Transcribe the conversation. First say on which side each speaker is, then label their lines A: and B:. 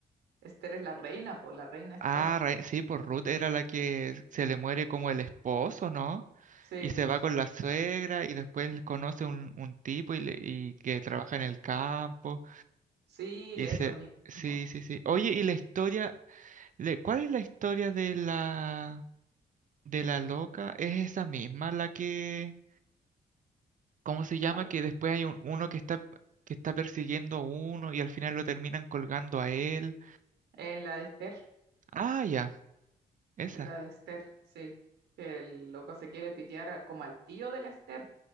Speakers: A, on the right; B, on the right.
A: Esther es la reina, po, la reina Esther.
B: Ah, ra- sí, pues Ruth era la que se le muere como el esposo, ¿no?
A: Sí,
B: Y se va
A: sí,
B: con la suegra y después conoce un, un tipo y, le- y que trabaja en el campo
A: sí,
B: y
A: eso
B: se...
A: mismo.
B: Sí, sí, sí. Oye, ¿y la historia? le- ¿Cuál es la historia de la de la loca? ¿Es esa misma la que... ¿Cómo se llama?
A: ¿Cuál?
B: Que después hay un, uno que está que está persiguiendo a uno y al final lo terminan colgando a él.
A: En la de Esther.
B: Ah, ya, esa.
A: Es la de Esther, sí. Que el loco se quiere pitear a- como al tío de la Esther.